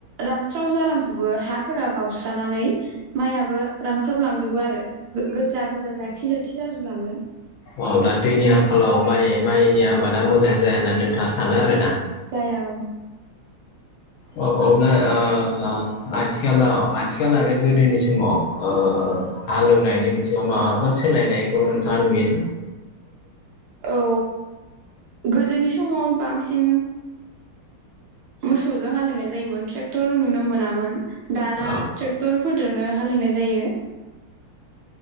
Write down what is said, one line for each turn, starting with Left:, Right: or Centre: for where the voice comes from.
Right: रानस्राव जालांजोबो हाफोरा गावस्रानानै माइयाबो रानस्रबलांजोबो आरो गो गोजा गोजा जाथि जाथि जाजोबलाङो।
Left: अ अब्ला दैनि
Right: माइआ
Left: आंखालाव माइ माइनि आबाद दा मोजां जाया होना नोंथाङा सा सानो आरो
Right: औ
Left: ना
Right: जाया औ
Left: औ अब्ला ओ आथिखालाव आथिखाल आरो गोदोनि समाव ओ हालेवनायनि बिथिङाव माबाफोर सोलायनायखौ नोंथाङा नुयोना?
Right: औ गोदोनि समाव बांसिन मोसौजों हालेवनाय जायोमोन ट्रेक्टर नुनो मोनामोन दाना
Left: औ
Right: ट्रेक्टरफोरजोंनो हालेवनाय जायो